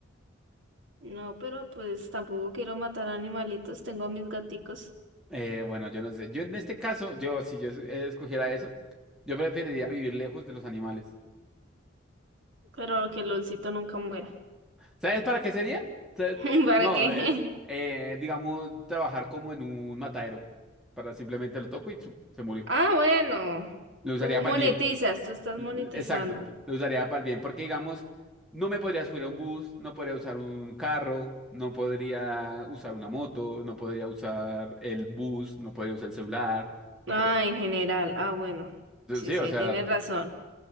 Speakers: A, on the right (about 75°); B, in the centre.
A: No, pero pues tampoco quiero matar animalitos. Tengo a mis gaticos.
B: Eh, bueno, yo no sé. Yo en este caso, yo si yo es- escogiera eso, yo preferiría vivir lejos de los animales.
A: Pero que Lolcito nunca muera.
B: ¿Sabes para qué sería? Sa- eh,
A: <laughs> ¿Para
B: No,
A: qué?
B: eh, eh, digamos, trabajar como en un matadero. Para simplemente lo toco y chu, se murió.
A: Ah, bueno.
B: Lo usaría
A: Tú
B: para
A: monetizas,
B: el bien.
A: tú estás
B: L-
A: monetizando.
B: Exacto. Lo usaría para el bien. Porque, digamos, no me podría subir a un bus, no podría usar un carro, no podría usar una moto, no podría usar el bus, no podría usar el celular, no
A: Ah,
B: podría.
A: en general. Ah, bueno. Sí,
B: Sí,
A: sí,
B: o sea,
A: tienes razón.